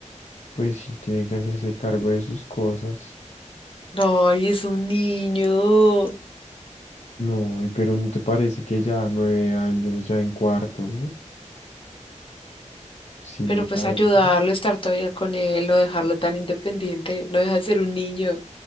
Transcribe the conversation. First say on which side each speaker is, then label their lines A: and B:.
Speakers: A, on the left (about 60°); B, on the left (about 45°).
A: pues sí tiene que hacerse cargo de sus cosas.
B: Ay, es un niño.
A: No, y pero ¿no te parece que ya nueve años, ya en cuarto? Sí,
B: Pero pues
A: a
B: ayudarlo,
A: eso.
B: estar todavía con él, no dejarlo tan independiente, no deja de ser un niño.